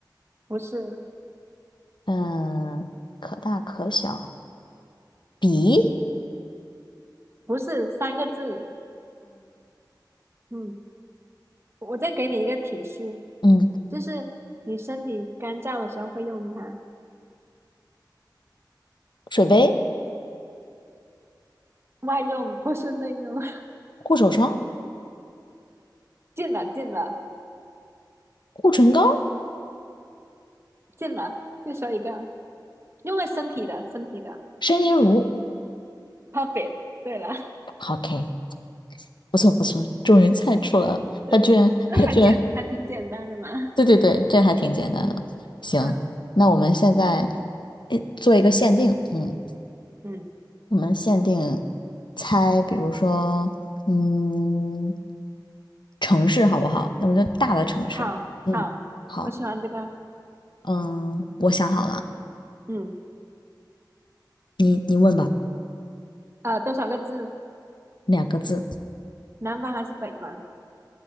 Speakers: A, on the right; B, on the left.
A: 不是，
B: 嗯，可大可小，笔，
A: 不是三个字。嗯，我再给你一个提示，
B: 嗯，
A: 就是你身体干燥的时候会用它，
B: 水杯，
A: 外用不是内用。<laughs>
B: 护手霜，
A: 进了，进了，
B: 护唇膏，
A: 进了，就说一个。用在身体的，身体的
B: 身体乳。
A: ，perfect。对了，
B: OK，不错不错，终于猜出来了。
A: 嗯，对对对，
B: 他居然，
A: 这还简还挺简单的嘛。
B: 他居然，对对对，这还挺简单的。
A: 嗯
B: 行，
A: 嗯
B: 那我们现在诶做一个限定，嗯。
A: 嗯，
B: 我们限定猜，比如说，嗯，城市好不好？那么就大的城市。
A: 好好，
B: 嗯，好，
A: 我喜欢这个。
B: 嗯，我想好了，
A: 嗯
B: 你你问吧，
A: 啊、呃多少个字？
B: 两个字。
A: 南方还是北方？